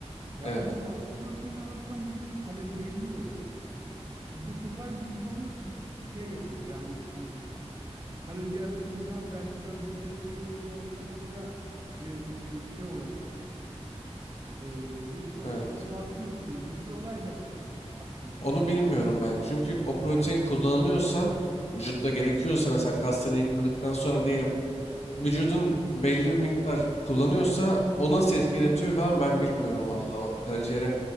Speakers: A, on the right; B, on the left.
A: Ya
B: evet,
A: ama fazla protein alırsan bu senin karaciğerini yoruyor. E, Bu sefer vücut onu şey yapıyor yani hani karaciğer süzüyor belki böbreklerini de yoruyor. Ondan sonra e, şey olarak e, dışkı olarak
B: evet.
A: bunu atıyorsun gibi bir olay da var aslında.
B: Onu bilmiyorum ben. Çünkü o protein kullanılıyorsa, vücutta gerekiyorsa mesela kasların yıkıldıktan sonra diyelim vücudun belli bir miktar kullanıyorsa o nasıl etki yaratıyor falan ben bilmiyorum valla. O karaciğere